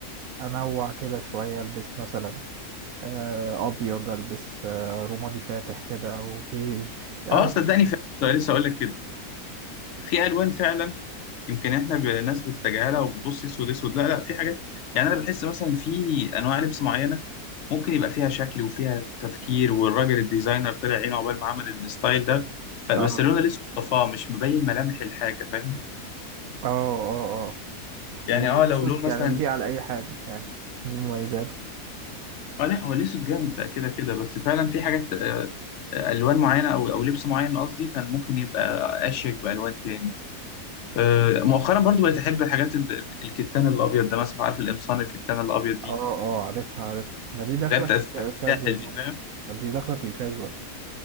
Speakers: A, on the right; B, on the left.
A: أنوع كده شوية ألبس مثلا آه، أبيض ألبس آه، رمادي فاتح كده أو بيج يعني
B: اه صدقني فعلا كنت لسه اقول لك كده في الوان فعلا يمكن احنا ب- ناس بتتجاهلها وبتبص اسود اسود لا لا في حاجات يعني انا بحس مثلا في انواع لبس معينة ممكن يبقى فيها شكل وفيها تفكير والراجل الديزاينر طلع عينه عقبال ما عمل الستايل ده فبس
A: أه
B: اللون الاسود طفاه مش مبين ملامح الحاجة فاهم
A: أه أه أه
B: يعني
A: والأسود
B: اه لو لون مثلا
A: يعني يليق على أي حاجة يعني دي مميزاته
B: اه لا هو الاسود جامد ده كده كده بس فعلا في حاجات آه، آه، الوان معينه او او لبس معين قصدي كان ممكن يبقى اشيك بالوان تاني آه، مؤخرا برضو بقيت احب الحاجات ال- ال- الكتان الابيض ده مثلا عارف القمصان الكتان الابيض دي
A: اه اه عارفها عارفها ما دي داخلة
B: اللي هي بتاعت
A: في
B: بتاعت
A: الكاجوال
B: الساحل دي
A: ممكن
B: فاهم
A: دي داخلة في الكاجوال